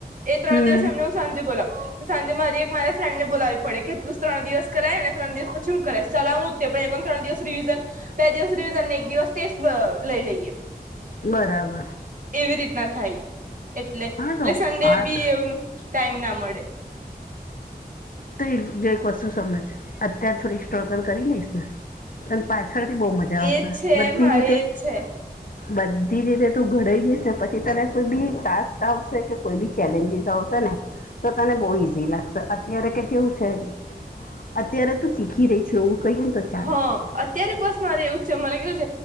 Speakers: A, on the right (about 55°); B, on the left (about 60°).
A: એ ત્રણ
B: હમ
A: દિવસ એમને હું સાંજે બોલાવ તો સાંજે મારી એક મારે ફ્રેન્ડ ને બોલાવી પડે કે તું ત્રણ દિવસ કરાય અને ત્રણ દિવસ પછી શું કરાય ચલા હું પણ ત્રણ દિવસ રિવિઝન બે દિવસ રિવિઝનને એક દિવસ ટેસ્ટ લઈ લઈએ
B: બરાબર
A: એવી રીતના થાય એટલે એટલે
B: હા તો
A: સન્ડે
B: હા
A: બી એવું ટાઈમ ના મળે
B: તો એક જો એક વસ્તુ સમજ અત્યારે થોડી સ્ટ્રગલ કરી લઈશ ને ત પાછળથી બહુ મજા જઓશે
A: એજ છે
B: બધી
A: મારે
B: રીતે
A: એજ છે
B: બધી રીતે તું ઘડાઈ જઈશ પછી તને કોઈ બી ટાસ્ક આવશે કે કોઈ બી ચેલેન્જીસ આવશે ને તો તને બહુ ઈઝી લાગશે અત્યારે કે જેવું છે અત્યારે તું શીખી રહી છુ એવું કહીને તો ચાલે
A: હા અત્યારે બસ મારે એવું છે મારે કેવું